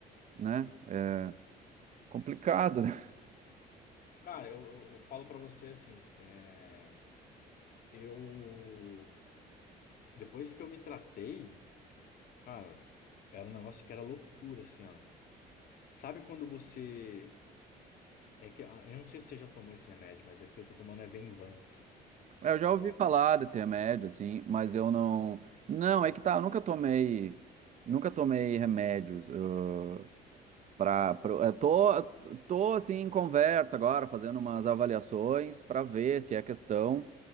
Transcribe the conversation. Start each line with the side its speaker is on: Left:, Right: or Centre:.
Right: né? É
Left: Hum.
Right: complicado, né?
Left: Cara, eu, eu, eu falo pra você, assim, é, eu... Depois que eu me tratei, cara, era um negócio que era loucura, assim, ó. Sabe quando você É que ah, eu não sei se você já tomou esse remédio, mas aqui eu tô tomando é Venvance
Right: É, Eu já
Left: agora.
Right: ouvi falar desse remédio, assim, mas eu não. Não, é que tá, eu nunca tomei. Nunca tomei remédios. Eu, pra, pro- eu tô, tô, assim, em conversa agora, fazendo umas avaliações para ver se é questão